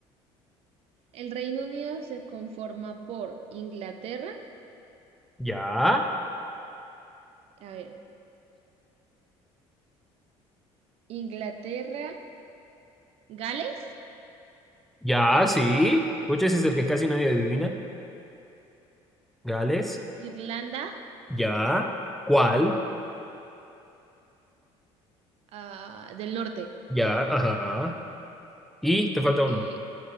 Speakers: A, on the right (about 60°); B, in the centre.
A: el Reino Unido se conforma por Inglaterra,
B: Ya,
A: a ver, Inglaterra, Gales,
B: ya, sí. Pucha, ese es el que casi nadie adivina. Gales,
A: Irlanda,
B: ya. ¿Cuál?
A: ah, del Norte.
B: Ya, ajá. Y te falta uno.
A: ¿Y